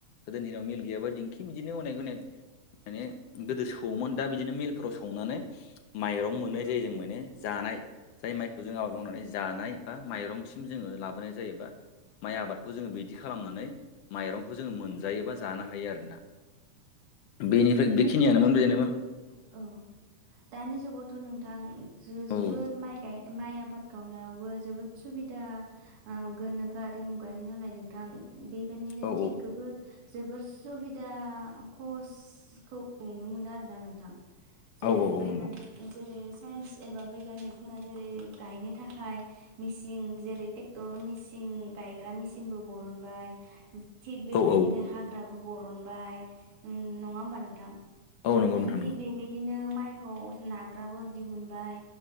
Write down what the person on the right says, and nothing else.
जुगाव
औ दानि जुगावथ' नोंथां। जो जबोद
माइ माइ आबाद गावनायावबो जोबोद सुबिदा ओ गोनोख खोआरि मुगानि नालाय नोंथां बेबायदिनो
थिग गोबोर जोबोर सुबिदा। कसखौ नुनो मोनो आरोना नोंथां जेरै
बैगानिक
जेरै। साइन्स एबा बैगियानिकफोरा जेरै गायनो थाखाय मिचिं जेरै टेक्टर मेसि गायग्रा मेचिनबो बरनबाय। थिग बेबायदिनो
हाग्राबो बरनबाय उम नङा होमबा नोंथां।
थिग
बेबायदिनो माइखौ नाग्राबो दिहुनबाय।